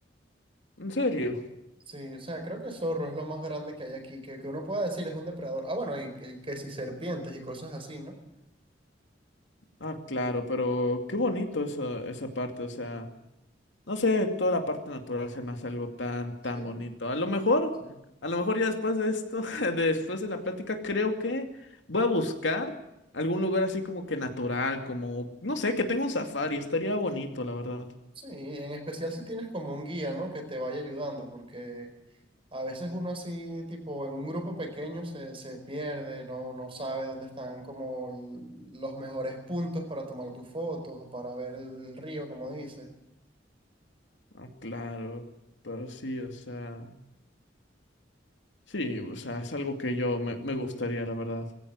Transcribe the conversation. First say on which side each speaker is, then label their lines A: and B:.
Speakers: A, on the left; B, on the right.
A: En serio.
B: Sí, o sea, creo que zorro es lo más grande que hay aquí, que, que uno pueda decir es un depredador. Ah, bueno, y que, que si serpientes y cosas así, ¿no?
A: Ah, claro, pero qué bonito eso, esa parte. O sea, no sé, toda la parte natural se me hace algo tan,
B: Sí,
A: tan bonito. A lo mejor,
B: sí. sí.
A: a lo mejor ya después de esto, <laughs> de- después de la plática, creo que voy a buscar algún lugar así como que natural, como, no sé, que tenga un safari. Estaría bonito, la verdad.
B: Sí, en especial si tienes como un guía, ¿no? Que te vaya ayudando, porque a veces uno así, tipo, en un grupo pequeño se, se pierde, no, no sabe dónde están como l- los mejores puntos para tomar tus fotos o para ver el río, como dices.
A: Ah, claro, pero sí, o sea, sí, o sea, es algo que yo me, me gustaría, la verdad.